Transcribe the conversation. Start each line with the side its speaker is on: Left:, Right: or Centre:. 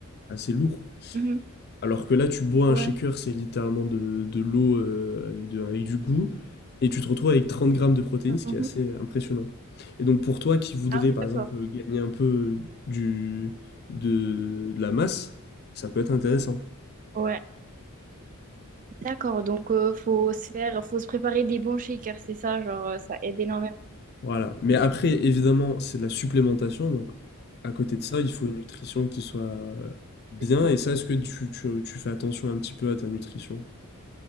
Left: assez lourds.
Right: mhm,
Left: Alors que là, tu bois
Right: ouais,
Left: un shaker, c'est littéralement de, de l'eau euh, avec, de- avec du goût, et tu te retrouves avec 30 grammes de protéines,
Right: mhm.
Left: ce qui est assez impressionnant. Et donc pour toi qui voudrais,
Right: Ah oui,
Left: par
Right: d'accord.
Left: exemple, gagner un peu du, de, de la masse, ça peut être intéressant.
Right: Ouais, d'accord. Donc, euh, faut se faire, faut se préparer des bons shakers, c'est ça, genre, euh, ça aide énormément.
Left: Voilà. Mais après, évidemment, c'est de la supplémentation, donc à côté de ça, il faut une nutrition qui soit bien,
Right: Mhm.
Left: et ça, est-ce que tu, tu tu fais attention un petit peu à ta nutrition?